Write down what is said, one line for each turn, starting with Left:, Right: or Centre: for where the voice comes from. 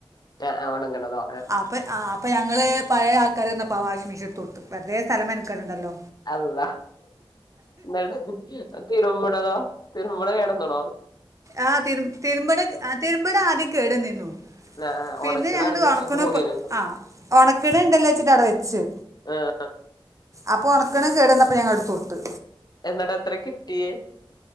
Left: ആഹ് ഒണങ്ങണതോ
Right: ആഹ് അപ്പ ആ അപ്പ ഞങ്ങള് പഴേ ആൾക്കാര് വന്നപ്പോ ആഹ് വാഷിംഗ് മെഷീൻ എടുത്ത് കൊടുത്ത് വെറുതെ സ്ഥലം മെനക്കെടണ്ടല്ലോ
Left: അള്ളാ എന്നട്ട് തിരുമ്പണതോ തിരുമ്പണ കേടന്ന്ണോ
Right: ആഹ് തിരു തിരുമ്പണ ആഹ് തിരുമ്പ്ണ ആദ്യം കേട് വന്നിന്നു
Left: ആ
Right: പിന്നെ
Left: ഒണക്ക്ണ
Right: ഞങ്ങള്
Left: അഡ്ജസ്റ്റ്
Right: ഒണക്കാണോപ്
Left: ചെയ്ത് പോകേനു
Right: ആ ഒണക്കിണ് ഇണ്ടില്ലോ വെച്ചിട്ട് അവടെ വെച്ച്
Left: ആഹ്
Right: അപ്പൊ ഒണക്ക്ണ കേടന്നപ്പോ ഞങ്ങൾ എടുത്തൊടുത്ത്
Left: എന്നിട്ട് എത്ര കിട്ടിയേ